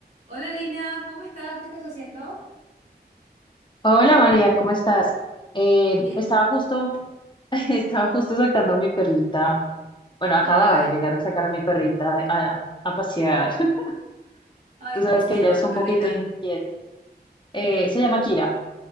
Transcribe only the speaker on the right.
Hola Lina, ¿cómo estás? ¿Qué estás haciendo?
Bien.
Ay,
ay,
¿cómo
se
llama
tu
perrita?